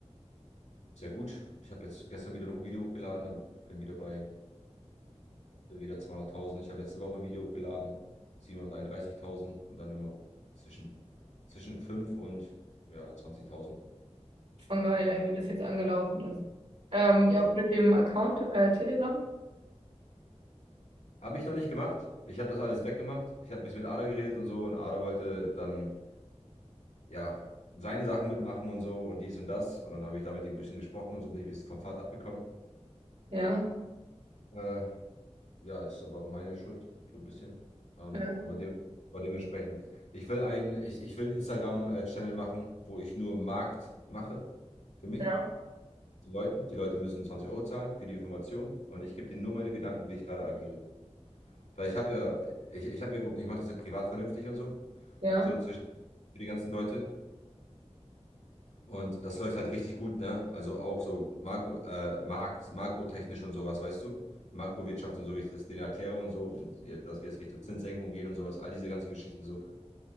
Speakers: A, on the left (about 80°); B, on the right (about 65°).
A: Sehr gut. Ich habe jetzt gestern wieder noch ein Video hochgeladen und bin wieder bei äh, wieder 200.000. Ich habe letzte Woche ein Video hochgeladen, 731.000 und dann immer zwischen, zwischen 5 und ja, 20.000.
B: Schon geil, ey, wie das jetzt angelaufen ist. Ähm,
A: Ja,
B: ja,
A: sie
B: auch mit dem Account, äh, Telegram.
A: habe ich noch nicht gemacht. Ich habe das alles weggemacht. Ich habe ein bisschen mit Ada geredet und so und Ada wollte dann ja seine Sachen mitmachen und so und dies und das. Und dann habe ich da mit ihm ein bisschen gesprochen und so bin ich ein bisschen vom Pfad abgekommen.
B: Ja,
A: Äh, Ja, ist aber meine Schuld, so ein bisschen. Ähm,
B: ja,
A: aber, dem, aber dementsprechend, ich will einen, ich, ich will einen Instagram-Channel machen, wo ich nur Markt mache für mich,
B: ja,
A: die Leuten. Die Leute müssen 20 Euro zahlen für die Information und ich gebe denen nur meine Gedanken, wie ich gerade agiere. Weil ich habe ja, ich, ich habe ja Gruppen, ich mache das ja privat vernünftig und so,
B: ja,
A: so zwischen für die ganzen Leute. Und das läuft halt richtig gut, ne? Also auch so Makro, äh, Markt, makrotechnisch und sowas, weißt du? Makrowirtschaft und so, wie ich das denen erkläre und so, und ja, dass wir jetzt Richtung Zinssenkung gehen und sowas, all diese ganzen Geschichten so.